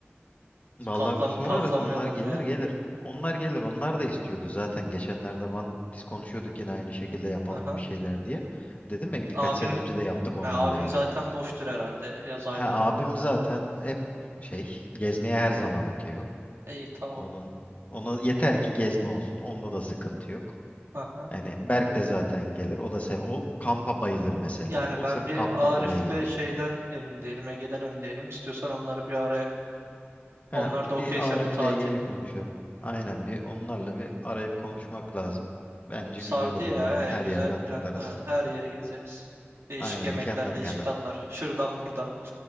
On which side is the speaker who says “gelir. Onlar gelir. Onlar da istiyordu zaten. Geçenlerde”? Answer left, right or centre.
Left